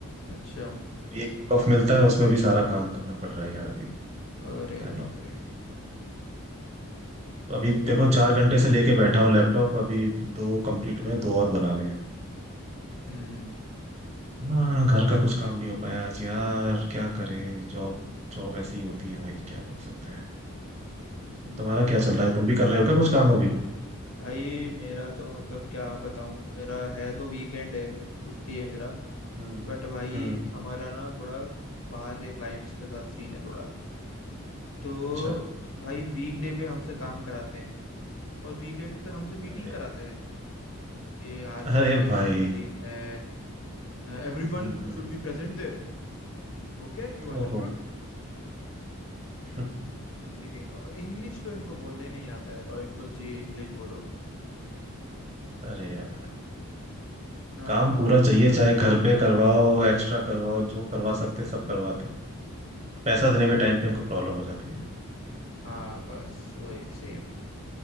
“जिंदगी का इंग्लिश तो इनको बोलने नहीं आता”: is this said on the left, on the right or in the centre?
Left